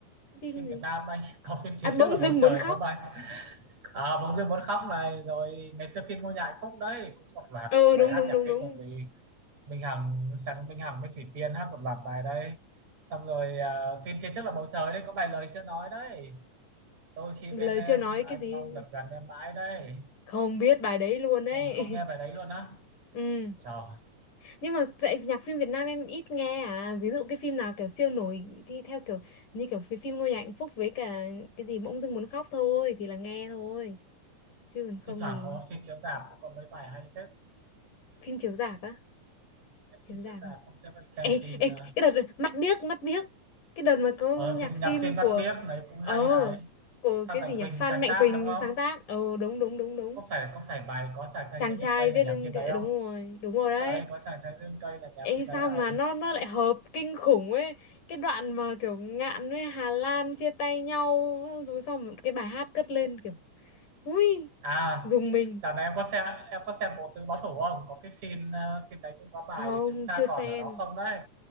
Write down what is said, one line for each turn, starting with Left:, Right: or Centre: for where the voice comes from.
Left: phim
Right: phim
Left: gì
Right: Việt Nam anh <laughs> có phim phía
Left: à bỗng
Right: trước là bầu
Left: dưng
Right: trời
Left: muốn khóc
Right: có bài à, bóng dương muốn khóc này rồi ngày xưa phim ngôi nhà hạnh phúc đấy cũng một loạt
Left: ừ
Right: bài
Left: đúng
Right: hát
Left: đúng
Right: nhạc
Left: đúng
Right: phim
Left: đúng
Right: còn gì Minh Hằng sáng Minh Hằng với Thủy Tiên hát một loạt bài đấy xong rồi ờ, phim phía trước là bầu trời đấy có vài lời chưa nói đấy đôi khi
Left: lời
Right: bên em
Left: chưa nói
Right: anh
Left: cái gì
Right: mong được gần em mãi đấy
Left: không biết bài đấy luôn
Right: Ô,
Left: ấy
Right: mà không nghe
Left: <laughs>
Right: bài đấy luôn á
Left: ừ
Right: trời
Left: nhưng mà tại nhạc phim Việt Nam em ít nghe à ví dụ cái phim nào kiểu siêu nổi thì theo kiểu như kiểu phim phim Ngôi Nhà Hạnh Phúc với cả cái gì bỗng dưng muốn khóc thôi thì là nghe thôi chứ còn không
Right: thi thoảng
Left: thì
Right: có phim chiếu rạp cũng có mấy bài hay phết
Left: phim chiếu rạp á
Right: mấy
Left: chiếu
Right: phim chiếu
Left: rạp
Right: rạp không chấp anh xem
Left: ê,
Right: phim
Left: ê
Right: ờ,
Left: cái đợt mắt biếc mắt biếc cái đợt mà có
Right: Ờ,
Left: nhạc
Right: phim
Left: phim
Right: nhạc phim Mắt
Left: của
Right: Biếc này cũng hay
Left: ờ
Right: này.
Left: của
Right: Phan
Left: cái
Right: Mạnh
Left: gì nhỉ
Right: Quỳnh
Left: Phan
Right: sáng
Left: Mạnh
Right: tác
Left: Quỳnh
Right: đúng không?
Left: sáng tác ờ đúng đúng đúng đúng
Right: Có phải có phải bài có chàng trai
Left: chàng
Right: viết
Left: trai
Right: lên cây
Left: viết
Right: là nhạc
Left: lên
Right: phim
Left: cái
Right: đấy
Left: đúng
Right: không?
Left: rồi đúng rồi đấy
Right: Đấy, có chàng trai viết lên cây là nhạc
Left: Ê
Right: phim
Left: sao
Right: đấy này.
Left: mà nó nó lại hợp kinh khủng ấy Cái đoạn mà kiểu Ngạn với Hà Lan chia tay nhau Rồi xong cái bài hát cất lên kiểu Ui
Right: À,
Left: Dùng mình
Right: dạo này em có xem em có xem Bộ Tứ Báo Thủ không? Có cái phim ờ, phim đấy cũng có bài
Left: Không
Right: chúng ta
Left: chưa xem
Right: còn ở đó không đấy?